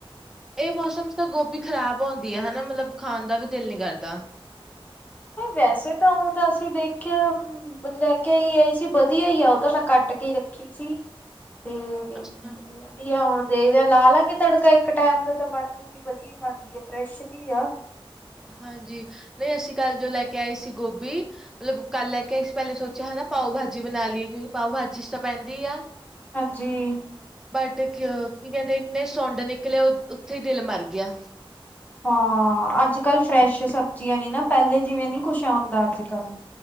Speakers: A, in the centre; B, on the left.
A: ਏ ਮੌਸਮ ਚ ਤਾਂ ਗੋਭੀ ਖਰਾਬ ਹਉਂਦੀ ਆ ਹਨਾ ਮਲਬ ਖਾਣ ਦਾ ਵੀ ਦਿਲ ਨੀ ਕਰਦਾ।
B: ਨੀ ਵੈਸੇ ਤਾਂ ਓ ਦਾ ਅਸੀਂ ਦੇਖੇਆ ਹੂੰ ਬਨਲੈ ਕੇ ਆਈ ਸੀ ਵਦੀਆ ਈ ਆ ਓ ਤਾਂ ਮੈਂ ਕੱਟ ਕੇ ਰੱਖੀ ਸੀ। ਹੂੰ
A: ਅੱਛਾ
B: ਵ ਵਦੀਆ ਹੁਣ ਦੇਖਦੇ ਲਾ ਲਾਂਗੇ ਤੜਕਾ ਇੱਕ ਟਾਈਮ ਦਾ ਤਾਂ ਬਣ ਜਾੂਗੀ ਵਦੀਆ ਈ ਬਣਦੀ ਆ ਫਰੈਸ਼ ਜੀ ਆ।
A: ਹਾਂਜੀ ਨਈ ਅਸੀਂ ਕੱਲ ਜੋ ਲੈ ਕੇ ਆਏ ਸੀ ਗੋਬੀ ਮਲਬ ਕੱਲ ਲੈ ਕੇ ਆਏ ਸੀ ਪੈਂਲੇ ਸੋਚੇਆ ਹੈਗਾ ਪਾਓ ਬਾਜੀ ਬਣਾ ਲੀਏ ਕਿਉਂਕੀ ਪਾਓ ਬਾਜੀ ਸਪੈਂਦੀ ਆ।
B: ਹਾਂਜੀ।
A: ਬਟ ਕੀਆ ਕੀ ਕੈਂਦੇ ਈਨੇ ਸੁੰਡ ਨਿਕਲੇ ਉ ਉੱਥੇ ਦਿਲ ਮਰ ਗੇਆ।
B: ਹਾਂ ਅੱਜ-ਕੱਲ ਫਰੈਸ਼ ਸਬਜ਼ੀਆਂ ਨੀ ਨਾ ਪੈਂਲੇ ਜਿਵੇਂ ਨੀ ਕੁਛ ਆਂਦਾ ਅੱਜ-ਕੱਲ।